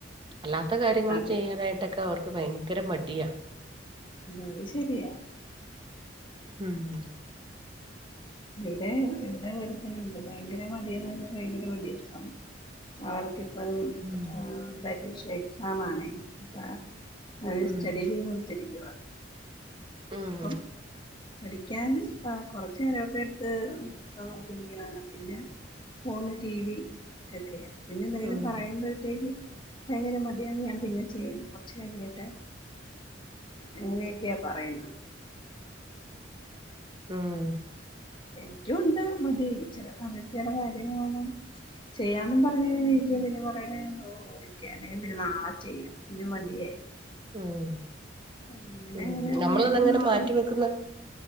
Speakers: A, on the right; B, on the left.
A: അല്ലാ ടെ കാര്യങ്ങള്
B: അതെ
A: ചെയ്യാനായിട്ടക്കവർക് ഭയങ്കര മടിയാ.
B: അത് ശരിയാ.
A: ഉം.
B: ഇവിടെ ഇവിടേം അങ്ങനെതന്നെയുണ്ട് ഭയങ്കര മടിയാന്ന് പറഞ്ഞാ ഭയങ്കര മടിയാ സം ആർക്ക് അപ്പഴ്
A: ഉം
B: ആഹ് പരീക്ഷ് എക്സാമാണേ പാ അയിന്
A: ഉം
B: സ്റ്റഡി ലീവ് കൊടുത്തിരിക്കുവാ.
A: ഉം
B: പ്പം പഠിക്കാന് ആഹ് കൊറച്ച് നേരോ ക്കെടുത്ത് ബുക്സ് നോക്കിയിരിക്കണ കാണാം പിന്നെ ഫോണ് ടിവി എക്കെയാ. പിന്നെ എന്തെങ്കിലും
A: ഉം
B: പറയുമ്പഴത്തേക്ക് ഭയങ്കര മടിയാണ് ഞാൻ പിന്നെ ചെയ്യാം കൊറച്ച് കഴിയട്ടെ അങ്ങനെയൊക്ക് ക്കെയാ പറയുന്നത്. <inaudible>
A: ഉം.
B: ജ്ജുവൊണ്ട് മതീ ചെല സമയത്ത് ചെലകാര്യങ്ങൾ ചെയ്യാന്നും പറഞ്ഞ് എണീച്ചും പിന്നേ കൊറേ കഴിയുമ്പോൾ അവൻ ഓടി പിന്നെ നാളെ ചെയ്യാം പിന്നെ മടിയായി.
A: ഉം.
B: അങ്ങനെ
A: ഉം
B: അങ്ങനെയുള്ള
A: നമ്മളതങ്ങിനെ
B: കാര്യങ്ങളൊക്കെ
A: മാറ്റിവെക്കുന്ന
B: ഉണ്ട്